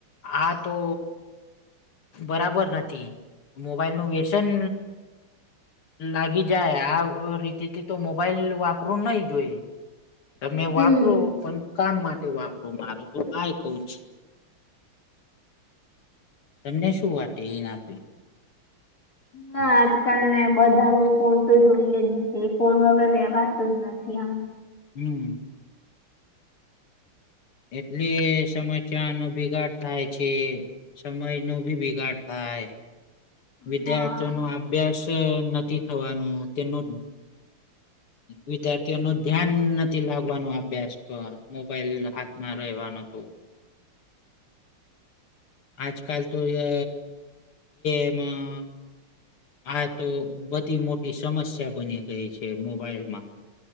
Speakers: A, on the left; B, on the left.
A: આ તો બરાબર નથી મોબાઈલ નું વ્યસન લાગી જાય આ રીતે થી તો મોબાઈલ વાપરું નહી જોઈએ તમે
B: હમ.
A: વાપરો પણ કામ માટે વાપરો મારું તો આય કવ છે તમને શું વાે એ ના આપ
B: હા આજકાલ ને બધાને ફોન તો જોઈએ જ છે ફોન વગર રેવાતો જ આમ
A: હમ એટલે સમસ્યા નો બિગાડ થાય છે સમય નો બગાડ થાય
B: હા.
A: વિદ્યાર્થીઓ ન અભ્યાસ નથી થવાનો તેનું વિદ્યાર્થીઓ ન ધ્યાન નથી લાગવાનું અભ્યાસ પર મોબાઈલ હાથ માં રહેવાનું હતુ આજકાલ તો જે એમાં આ તો બધી મોટી સમસ્યા બની ગઈ છે મોબાઈલમાં